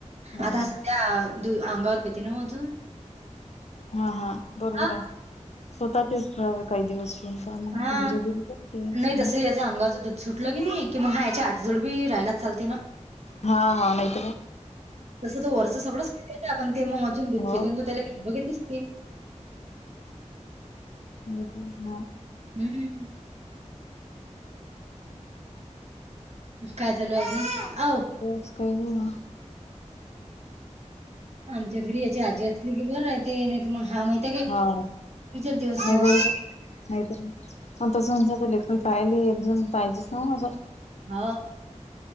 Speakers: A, on the left; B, on the right.
A: हा
B: आता सध्या द अंगावर प येते ना अजून.
A: हा हा, बरोबर
B: हां,
A: आहे स्वतःचेच ठळावे काही दिवस. शिवून पहा मग
B: हा
A: धीरे धीरे करते
B: नाही तस याच अंगाचं दूध सुटलं की नाही कि मग हा याच्या आजीजोड बी राहायलाच चालत.
A: हा हा, नाही.
B: तसं त वरष सगळंच खतय ना आपण ते मग अजून दुतते
A: हो
B: ते तू त्याला घा बघतस ते.
A: हे तर हा.
B: हम्म. काय चालू अजून अ.
A: बस काय नाही ना.
B: आमच्या घरी याची आजी असली की घर आहे ते नाही त मग हा माहिती.
A: हा,
B: तुझर दिवस.
A: नाही बरोबर नाही तसं म्हण लेकरं पाहिले एकजण पाहिजेच नां मागं.
B: हा,